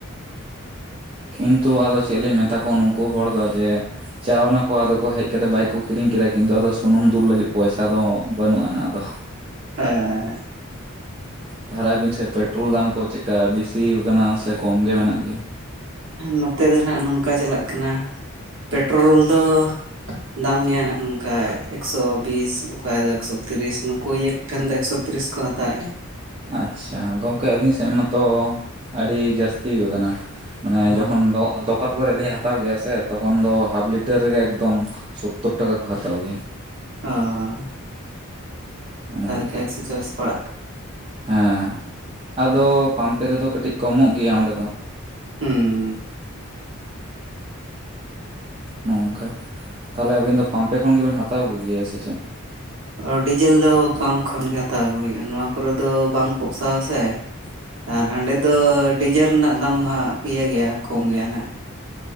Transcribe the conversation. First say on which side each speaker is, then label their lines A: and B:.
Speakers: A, on the right; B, on the right.
A: ᱠᱤᱱᱛᱩ ᱟᱫᱚ ᱪᱮᱫ ᱞᱤᱧ ᱢᱮᱛᱟ ᱠᱚᱣᱟ ᱱᱩᱝᱠᱩ ᱦᱚᱲ ᱫᱚ ᱡᱮ ᱪᱟᱣ ᱱᱟᱠᱚ ᱟᱫᱚ ᱠᱚ ᱦᱮᱡ ᱠᱟᱛᱮ ᱵᱟᱭᱤᱠ ᱠᱚ ᱠᱤᱨᱤᱧ ᱠᱮᱫᱟ ᱠᱤᱱᱛᱩ ᱟᱫᱚ ᱥᱩᱱᱩᱢ ᱫᱩᱞ ᱞᱟᱹᱜᱤᱫ ᱯᱚᱭᱥᱟ ᱫᱚ ᱵᱟᱹᱱᱩᱜ ᱟᱱᱟ ᱟᱫᱚ
B: ᱦᱮᱸ ᱦᱮᱸ
A: ᱛᱟᱦᱟᱞᱮ ᱟᱵᱤᱱ ᱥᱮᱫ ᱯᱮᱴᱨᱳᱞ ᱫᱟᱢ ᱠᱚ ᱪᱮᱫ ᱞᱮᱠᱟ ᱵᱤᱥᱤᱭ ᱠᱟᱱᱟ ᱥᱮ ᱠᱚᱢ ᱜᱮ ᱢᱮᱱᱟᱜ ᱜᱮᱭᱟ?
B: ᱱᱚᱛᱮ ᱫᱚ ᱱᱟᱸᱜ ᱱᱚᱝᱠᱟ ᱪᱟᱞᱟᱜ ᱠᱟᱱᱟ ᱯᱮᱴᱨᱳᱞ ᱫᱚ ᱫᱟᱢ ᱜᱮᱭᱟ ᱱᱟᱜ ᱱᱚᱝᱠᱟ ᱮᱠᱥᱚ ᱵᱤᱥ ᱠᱷᱟᱭ ᱫᱚ ᱮᱠᱥᱚ ᱛᱤᱨᱤᱥ ᱱᱩᱠᱩ ᱤᱭᱟᱹ ᱠᱚᱴᱷᱮᱱ ᱫᱚ ᱮᱠᱥᱳ ᱛᱤᱨᱤᱥ ᱠᱚ ᱦᱟᱛᱟᱣᱮᱜᱼᱟ
A: ᱟᱪᱪᱷᱟ ᱜᱚᱝᱠᱮ ᱟᱹᱞᱤᱧ ᱥᱮᱫ ᱢᱟᱛᱚ ᱟᱹᱰᱤ ᱡᱟᱹᱥᱛᱤ ᱠᱟᱱᱟ ᱢᱟᱱᱮ
B: ᱚ
A: ᱡᱚᱠᱷᱚᱱ ᱫᱚᱠᱟᱱ ᱠᱚᱨᱮ ᱞᱤᱧ ᱦᱟᱛᱟᱣ ᱜᱮᱭᱟ ᱥᱮ ᱛᱚᱠᱷᱚᱱ ᱫᱚ ᱦᱟᱯ ᱞᱤᱴᱟᱨ ᱨᱮᱜᱮ ᱮᱠᱫᱚᱢ ᱥᱳᱛᱳᱨ ᱴᱟᱠᱟ ᱠᱚ ᱦᱟᱛᱟᱣ ᱜᱮᱭᱟ
B: ᱟᱻᱻᱻ
A: ᱚᱱᱮ
B: ᱛᱟᱦᱚᱞᱮ
A: ᱚᱱᱠᱟ
B: ᱠᱷᱟᱭ ᱮᱠᱥᱚ ᱪᱟᱞᱞᱤᱥ ᱯᱟᱲᱟᱜ
A: ᱦᱮᱸ ᱟᱫᱚ ᱯᱟᱢᱯᱮ ᱨᱮᱫᱚ ᱠᱟᱹᱴᱤᱡ ᱠᱚᱢᱚᱜ ᱜᱮᱭᱟ ᱚᱸᱰᱮ ᱫᱚ
B: ᱦᱩᱸ
A: ᱱᱚᱝᱠᱟ ᱛᱟᱞᱮ ᱟᱹᱵᱤᱱ ᱫᱚ ᱯᱟᱢᱯᱮ ᱠᱷᱚᱱ ᱜᱮᱵᱮᱱ ᱦᱟᱛᱟᱣ ᱠᱚᱜᱮᱭᱟ ᱥᱮ ᱪᱮᱫ?
B: ᱟᱸᱰᱤ ᱡᱷᱟᱹᱞ ᱫᱚ ᱯᱟᱢᱯ ᱠᱷᱚᱱ ᱜᱮ ᱦᱟᱛᱟᱣ ᱟᱹᱜᱩ ᱦᱩᱭᱩᱜᱼᱟ ᱱᱚᱣᱟ ᱠᱚᱨᱮ ᱫᱚ ᱵᱟᱝ ᱯᱥᱟᱣᱼᱟ ᱥᱮ
A: <inaudible>
B: ᱟᱨ ᱦᱟᱸᱰᱮ ᱫᱚ ᱰᱤᱡᱮᱞ ᱨᱮᱱᱟᱜ ᱫᱟᱢ ᱫᱚ ᱦᱟᱸᱜ ᱤᱭᱟᱹ ᱜᱮᱭᱟ ᱠᱚᱢ ᱜᱮᱭᱟ ᱦᱟᱸᱜ